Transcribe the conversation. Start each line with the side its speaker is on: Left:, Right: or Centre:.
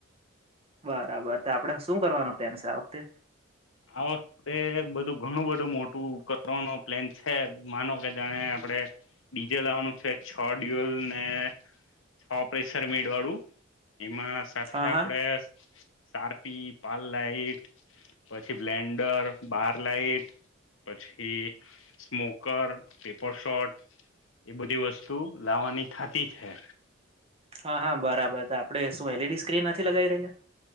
Right: બરાબર, તો આપડે શું કરવાનો પ્લાન છે આ વખતે.
Left: આ વખતે બધું ઘણું બધું મો ટુ કટવાનો પ્લેન છે માનો કે જાણે આપડે ડીજે લાવવાનું છે છ દિવસ ને છ પ્રેસર મેડવાળું. એમાં સાથે
Right: હા
Left: આપડે
Right: હા
Left: સારપી, પાલ લાઈટ પછી બ્લેન્ડર, બાર લાઈટ પછી સ્મોકર, પેપર શોટ. એ બધી વસ્તુ લાવવાની થાતી છે.
Right: હા હા, બરાબર આપડે શું એલઈડી સ્ક્રીન નથી લગાય રહ્યા?